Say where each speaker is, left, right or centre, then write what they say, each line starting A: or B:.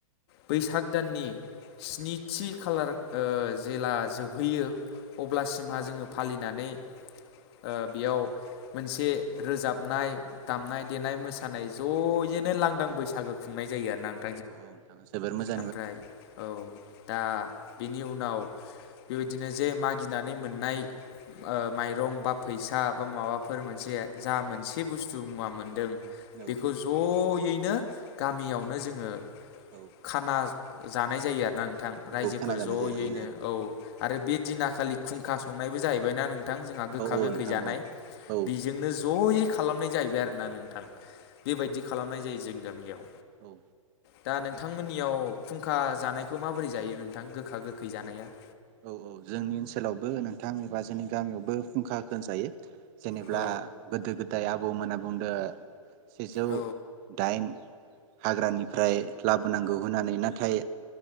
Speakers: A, on the left; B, on the right.
A: बैसाग दाननि स्निथि खालार ओ जेला जोबहैयो अब्लासिमहा जोङो फालिनानै ओ बेयाव मोनसे रोजाबनाय दामनाय देनाय मोसानाय ज'यैनो लांदां बैसागो खुंनाय जायो आरोना नों
B: औ औ नोंथां जोबोर मोजां
A: ओमफ्राय औ दा बेनि उनाव बेबायदिनो जे मागिनानै मोननाय ओ माइरं बा फैसा बा माबाफोर मोनसे जा मोनसे बुस्थु मुवा मोनदों
B: औ
A: बेखौ ज' यैनो गामियावनो जोंङो
B: औ
A: खाना जानाय जायो आरोना नोंथां रायजोफोर
B: औ खोनाजानाय जायो
A: ज'यैनो औ आरो बे दिना खालि खुंखा संनायबो जाहैबायनाा नों थां जोंहा गोखा
B: औ औ
A: गोखै
B: नोंथां
A: जानाय
B: औ औ
A: बेजोंनो जयै खालामनाय जाहैबाय आरो ना नों थां बेबायदि खालामनाय दैजिं गामियाव
B: औ
A: दा नोंथांमोननियाव कुंखा जानायखौ माबोरै जायो नोंथां गोखा गोखै जानाया
B: औ औ जोंनि ओनसोलावबो नोंथां एबा जोंनि गामियावबो कुंखा खो जायो जेनेब्ला
A: औ
B: गोदो गोदाय आब आबौमोनना बुंदो सेजौ
A: औ
B: दाइन हाग्रानिफ्राय लाबोनांगौ होननानै नाथाय